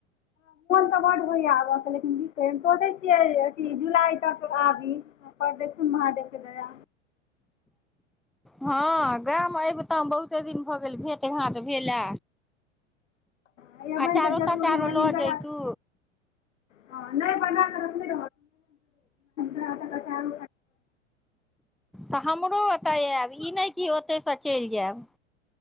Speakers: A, on the left (about 80°); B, in the centre.
A: सबर होइयाेकिन सोचै छियै अथ जुलाई तक आबी देखन महादेव के दया
B: हँ गाम अयबितहु बहुते दिन भऽ गेल भेँट घाँट भेलए
A: हैया बनि
B: अ चारो
A: जरूर
B: तऽ चारो
A: हमरा
B: लऽ
A: हिनकर
B: जेयतू
A: हाथ हँ नहि बना कर नहि रह आर
B: तऽ हमरो ओतय आब ई नहि क ओतेसँ चलि जायब